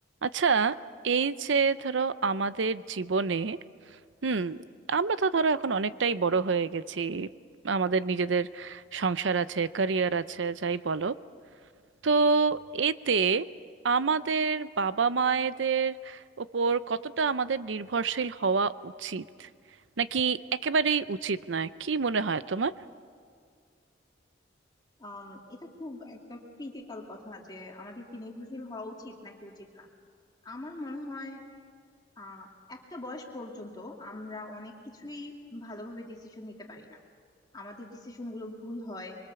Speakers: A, on the right; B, on the left.
A: আচ্ছা এই যে ধরো আমাদের জীবনে হুম আমরা তো ধরো এখন অনেকটাই বড় হয়ে গেছি আমাদের নিজেদের সংসার আছে ক্যারিয়ার আছে যাই বলো তো এতে আমাদের বাবা মায়েদের ওপর কতটা আমাদের নির্ভরশীল হওয়া উচিত নাকি একেবারেই উচিত নয় কি মনে হয় তোমার
B: আম, এটা খুব একটা ক্রিটিক্যাল কথা যে আমাদের কি নির্ভরশীল হওয়া উচিত নাকি উচিত না আমার মনে হয় আহ একটা বয়স পর্যন্ত আমরা অনেক কিছুই ভালোভাবে ডিসিশন নিতে পারি না আমাদের ডিসিশন গুলো ভুল হয়